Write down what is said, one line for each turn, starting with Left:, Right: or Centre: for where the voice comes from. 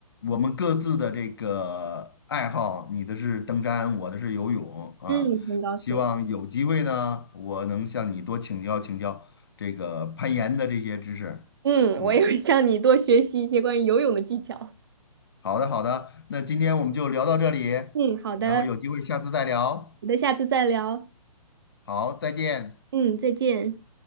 Left: 我们各自的这个爱好，你的是登山，我的是游泳啊。
Right: 嗯，很高兴。
Left: 希望有机会呢，我能向你多请教请教这个攀岩的这些知识。
Right: 嗯，
Left: 嗯，
Right: 我也会向你多学习一些关于游泳的技巧。
Left: 好的好的，那今天我们就聊到这里，
Right: 嗯，好的，
Left: 然后有机会下次再聊。
Right: 我们下次再聊。
Left: 好，再见。
Right: 嗯，再见。